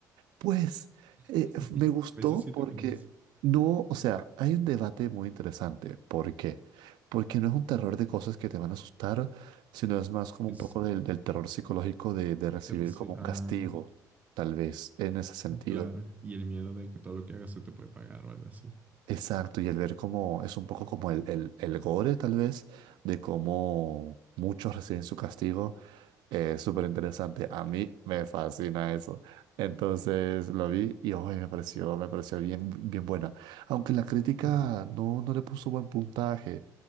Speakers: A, on the right (about 80°); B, on the right (about 20°).
A: Pues eh,
B: <laughs>
A: f- me gustó
B: A veces siento
A: porque
B: que no es.
A: no, o sea, hay un debate muy interesante. ¿Por qué? Porque no es un terror de cosas que te van a asustar, sino es más como
B: Es
A: un poco del, del terror psicológico de, de recibir
B: terror. sí.
A: como
B: Ah,
A: un castigo, tal vez, en ese sentido.
B: ah, claro. Y el miedo de que todo lo que hagas se te puede pagar o algo así.
A: Exacto, y el ver cómo es un poco como el, el, el gore, tal vez, de cómo muchos reciben su castigo. Es súper interesante. A mí me fascina eso. Entonces lo vi y hoy me pareció, me pareció bien, bien buena. Aunque la crítica
B: Mm.
A: no, no le puso buen puntaje.